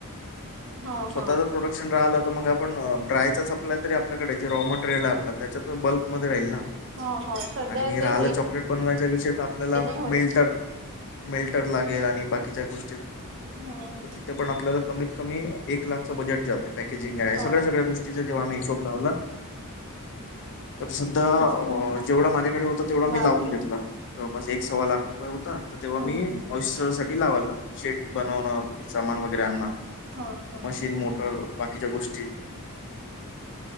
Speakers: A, on the right; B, on the left.
A: ह
B: स्वतःचा
A: ह
B: प्रोडक्ट राहि तर मग आपण डायचा स्लाय तरी आपकडे जे रॉ मटेरियल आहे आपल्या त्याच्या तर बल्कमध्ये राहील ना
A: ह ह सध्या
B: आणि
A: ते
B: राहाला
A: हे
B: चॉकलेट बनवायच्या विषय आप
A: नाही होत
B: मिल्टर मिल गो
A: हम्म
B: तथ आपल्या कत क एक लाखच बजेट जाते पॅकेजिंग आहे
A: ह
B: सगळ्या सगळ्या गोष्टीच जेव्हा आम्हीिशोब लावला तर सधा
A: हम्म हम्म
B: जेवढा माझ्याकडे होत तेवढा
A: बापरे
B: मी लावून घेतला जवळपास एक सव्वा लाख रुपये होता तर तेव्हा
A: हम्म
B: मी
A: हम्म
B: ऑस्टर साठी लावाला शेट बनवणं सामान वगैरे अना
A: हा हा
B: मशीन मोटर बाकीच्या गोष्टी